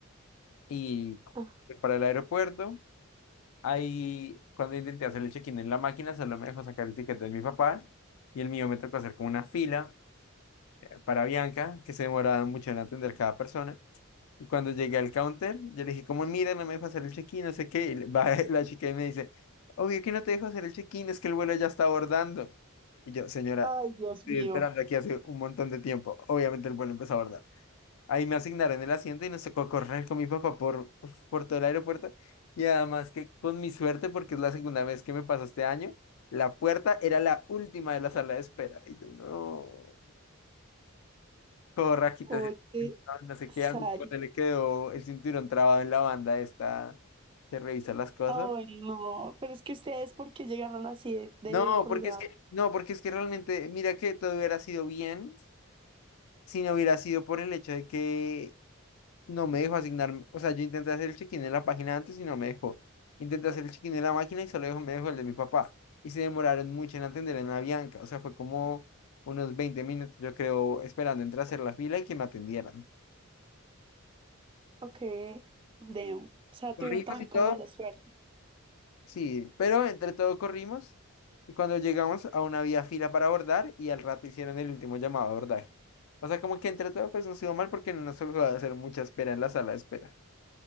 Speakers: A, on the left (about 75°); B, on the right (about 25°).
A: y correr
B: ajá.
A: para el aeropuerto. Ahí cuando intenté hacer el check-in en la máquina solo me dejó sacar el ticket de mi papá y el mío me tocó hacer como una fila eh, para Bianca que se demoraba mucho en atender cada persona. Y cuando llegué al counter, yo le dije, como, mira, no me dejo hacer el check-in, no sé qué. Y le- va <laughs> la chica y me dice, obvio que no te dejo hacer el check-in, es que el vuelo ya está abordando. Y yo, señora,
B: Ay, Dios
A: estoy
B: mío.
A: esperando aquí hace un montón de tiempo. Obviamente el vuelo empezó a abordar. Ahí me asignaron el asiento y nos tocó correr con mi papá por, uf, por todo el aeropuerto. Y además que con mi suerte, porque es la segunda vez que me pasa este año, la puerta era la última de la sala de espera. Y yo, no. Todo rajita,
B: Oye,
A: así, no sé
B: sal.
A: qué, árbitro, se le quedó el cinturón trabado en la banda esta que revisa las cosas.
B: Ay, no. Pero es que ustedes, ¿por qué llegaron así de, de
A: No,
B: colgado?
A: porque es que, no, porque es que realmente, mira que todo hubiera sido bien si no hubiera sido por el hecho de que no me dejó asignar, o sea, yo intenté hacer el check-in en la página antes y no me dejó. Intenté hacer el check-in en la máquina y solo dejó- me dejó el de mi papá. Y se demoraron mucho en atender en la Bianca, o sea, fue como unos 20 minutos, yo creo, esperando entre hacer la fila y que me atendieran.
B: Ok, de, o sea,
A: Corrimos
B: tuvieron también
A: y todo,
B: como mala suerte.
A: Sí, pero entre todo corrimos y cuando llegamos a una vía fila para abordar y al rato hicieron el último llamado a abordar, O sea, como que entre todo pues nos iba mal porque no nos tocó hacer mucha espera en la sala de espera.